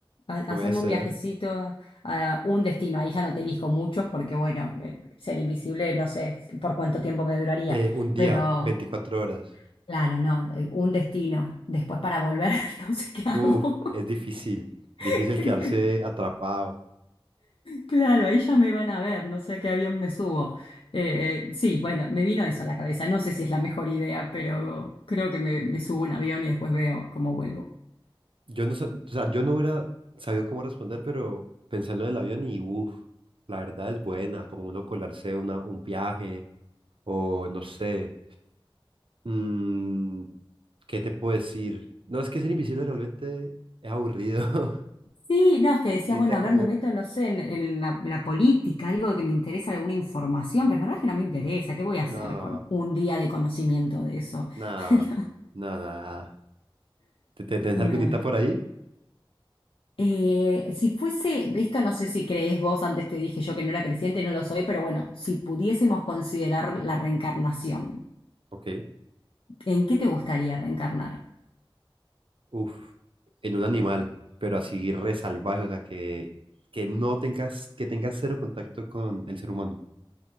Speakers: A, on the left; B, on the right.
A: Ha- Hacerme
B: Puede ser.
A: un viajecito a un destino. Ahí ya no te elijo muchos porque, bueno, eh, ser invisible no sé por cuánto tiempo me duraría.
B: Eh, un día,
A: Pero,
B: veinticuatro horas.
A: claro, no, eh, un destino. Después para volver, <laughs> no sé qué hago.
B: Uf, es difícil, difícil
A: <laughs>
B: quedarse atrapado.
A: Claro, ahí ya me van a ver, no sé a qué avión me subo. Eh, eh, sí, bueno, me vino eso a la cabeza. No sé si es la mejor idea, pero creo que me, me subo a un avión y después veo cómo vuelvo.
B: Yo no, sa- o sea, yo no hubiera sabido cómo responder, pero pensé en lo del avión y uff, la verdad es buena, como uno colarse una, un viaje o no sé. Mm, ¿qué te puedo decir? No, es que ser invisible realmente es aburrido. <laughs>
A: Sí, no, es que decía,
B: Necesitas
A: bueno, a
B: como,
A: ver, me meto, no sé, en, en la, la política, algo que me interesa, alguna información, pero la verdad es que no me interesa. ¿Qué voy a hacer
B: no,
A: con un día de conocimiento de eso?
B: no,
A: <laughs>
B: no, nada. ¿Te, te, tenés
A: No,
B: algunita
A: no.
B: por ahí?
A: Eh, si fuese, esto no sé si crees vos, antes te dije yo que no era creciente, no lo soy, pero bueno, si pudiésemos considerar la reencarnación,
B: Ok.
A: ¿en qué te gustaría reencarnar?
B: Uf, en un animal, pero así re salvaje, o sea, que, que no tengas, que tengas cero contacto con el ser humano.